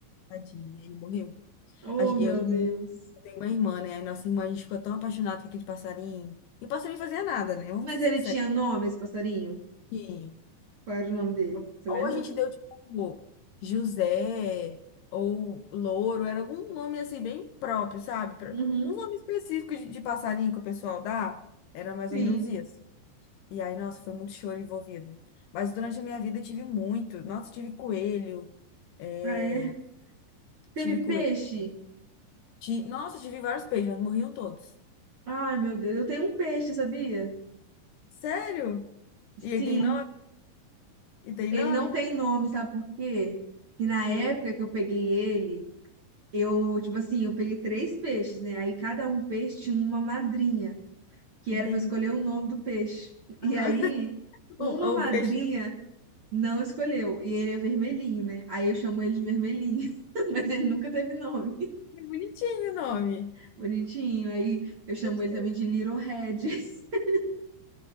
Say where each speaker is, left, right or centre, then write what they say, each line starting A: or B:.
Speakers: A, on the left; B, on the right.
A: tadinho, ele morreu.
B: Oh,
A: A gen-
B: meu
A: Eu, eu
B: Deus.
A: tenho uma irmã, né? Aí nossa irmã, a gente ficou tão apaixonado com aquele passarinho. E o passarinho fazia nada, né? Vamos
B: Mas
A: ser sinceros.
B: ele tinha nome, esse passarinho?
A: Sim.
B: Qual era o nome dele? Você
A: Ou
B: lembra?
A: a gente deu, tipo, José, ou Louro, era algum nome assim, bem próprio, sabe? Pra-
B: Uhum,
A: Um nome específico de, de passarinho que o pessoal dá. Era mais
B: sim.
A: ou menos isso. E aí, nossa, foi muito choro envolvido. Mas durante a minha vida eu tive muito. Nossa, tive coelho. é,
B: Ah, é. Teve
A: Tive coelho.
B: peixe?
A: Ti- Nossa, tive vários peixes, mas morriam todos.
B: Ai, meu Deus. Eu tenho um peixe, sabia?
A: Sério? E ele
B: Sim.
A: tem nome? E tem
B: Ele
A: nome?
B: não tem nome, sabe por quê? Que na
A: o Porque...
B: época que eu peguei ele. Eu, tipo assim, eu peguei três peixes, né? Aí cada um peixe tinha uma madrinha, que
A: Entendi.
B: era pra escolher o nome do peixe. E
A: Aham.
B: aí,
A: <laughs>
B: uma
A: O,
B: madrinha
A: o peixe.
B: não escolheu, e ele é vermelhinho, né? Aí eu chamo ele de vermelhinho, <laughs> mas ele nunca teve nome.
A: É bonitinho o nome.
B: Bonitinho. Aí eu chamo
A: Gostei.
B: ele também de Little Red. <laughs>